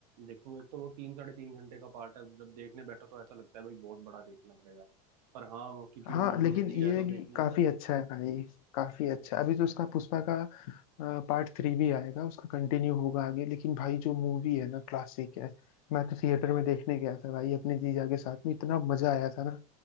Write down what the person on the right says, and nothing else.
देखूँ एक तो वो तीन साढ़े तीन घंटे का पार्ट है जब देखने बैठो तो ऐसा लगता है भाई बहुत बड़ा देखना पड़ेगा पर हाँ वो- क्योंकि
वो मूवी
अच्छी
है तो
देखनी
ही चाहिए